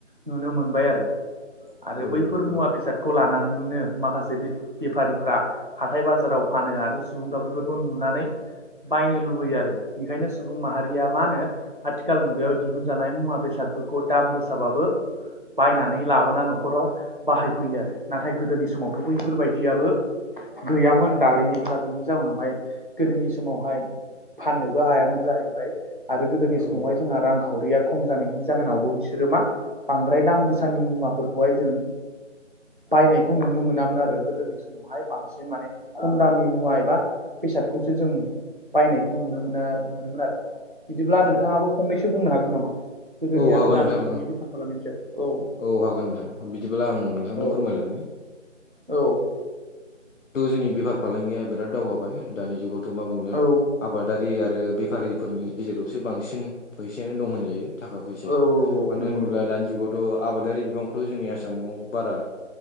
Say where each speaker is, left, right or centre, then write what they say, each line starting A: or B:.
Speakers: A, on the right; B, on the left.
A: नुनो मोनबाय आरो
B: औ
A: आरो
B: औ
A: बैफोर
B: नंगौ
A: मुवा
B: नोंथां
A: बेसाद खौ लानानैनो माखासे बे बेफारिफ्रा हाथाय बाजाराव फानो आरो सुबुंफ्रा बेफोरखौ नुनानै बायनो लुबैयो आरो बेखायनो सु सुबुं माहारिआ मा होनो आथिखाल मुगायाव दिहुनजानाय मुवा बेसादफोरखौ दाम गोसाबाबो बायनानै लाबोना न'र ाव बाहाय फैयो आरो नाथाय गोदोनि समावथ' बैफोरबायदियाबो गैयामोन दारिफ्रा बिनि जाउनावहाय गोदोनि समावहाय फाननोबो हायामोन जाहैबाय आरो गोदोनि
B: औ
A: समावहाय जोंहा रांखावरिया खम जानायनि जाहोनावबो बिसोरो मा बांद्राय दाम गोसानि मुवाफोरखौहाय जों बायनायखौ नुनो मोनामोन आरो गोदोनि समावहाय बांसिन बांसिन माने खम दामनि मुवा एबा बेसादखौसो जों बायनायखौ नुनो मोना मोनोमोन आरो बिदिब्ला नोंथाङाबो
B: औ
A: फंनैसो बुंनो हागोन नामा? गोदोनि
B: औ
A: आरो
B: हागोन
A: दानि
B: नोंथां
A: जुगनि बेफार फालांगिनि सायाव औ
B: औ हागोन नोंथां बिदिब्ला आं नोंथांनो
A: औ
B: फोरमायलांनि
A: औ
B: थ' जोंनि बेफार फालांगिया बिराद दावगाबाय दानि जुगावथ' मा बुंनो
A: औ
B: आबादारि आरो बेफारिफोरनि गेजेरावसो बांसिन फैसायानो दं होनजायो थाखा फैसाया
A: औ
B: मानो
A: नंगौ
B: होनोब्ला
A: नंगौ
B: दानि जुगाव ' आबादारि बिबांखौथ' जोंनि आसामाव बारा